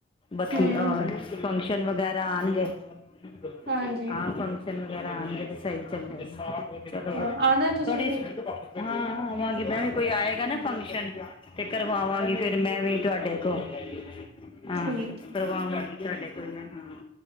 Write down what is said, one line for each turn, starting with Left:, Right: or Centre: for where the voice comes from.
Left: ਬੱਤੀ
Right: ਹੂੰ,
Left: ਹੋਰ ਫੰਕ। <unintelligible> ਵਗੈਰਾ ਆਣਗੇ। <unintelligible>
Right: ਹਾਂਜੀ
Left: <unintelligible> ਵਗੈਰਾ ਆਣਗੇ ਤੇ ਸਹੀ ਚੱਲੇ <inaudible> ਚਲੋ
Right: ਹਾਂ ਆਣਾ ਤੁਸੀਂ
Left: 'ਥੋੜੀ
Right: ਵੀ
Left: <unintelligible> ਹਾਂ, ਆਵਾਂ ਗੀ ਵੀ ਕੋਈ ਆਏਗਾ ਨਾ ਫੰਕਸ਼ਨ। ਤੇ ਕਰਵਾਵਾਂਗੀ ਫੇਰ ਮੈਂ ਵੀ ਤੁਹਾਡੇ ਕੋਲ, ਹਾਂ,
Right: ਠੀਕ ਏ।
Left: ਕਰਵਾਵਾਂਗੀ। ਤੁਹਾਡੇ ਕੋਈ ਮੈਂ ਹਾਂ।